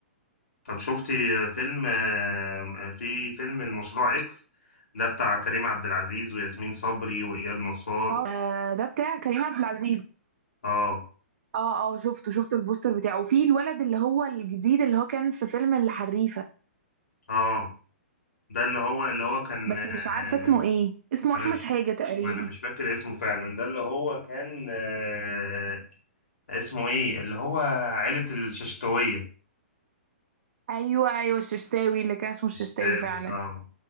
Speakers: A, on the left (about 80°); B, on the right (about 65°).
A: طب شفتي فيلم آه، في فيلم المشروع اكس ده بتاع كريم عبد العزيز وياسمين صبري واياد نصار
B: اه آه ده بتاع كريم عبد العزيز
A: اه
B: اه اه شفته شفت البوستر بتاعه وفي الولد اللي هو الجديد اللي هو كان في فيلم الحريفه
A: اه ده اللي هو اللي هو كان
B: بس
A: آه،
B: مش عارفه اسمه ايه اسمه
A: انا
B: احمد
A: مش
B: حاجه تقريبا
A: انا مش فاكر اسمه فعلا ده اللي هو كان أه، اسمه ايه اللي هو عيلة الششتوية
B: ايوه ايوه الششتاوي اللي كان اسمه الششتاوي
A: الششتاوي
B: فعلا
A: اه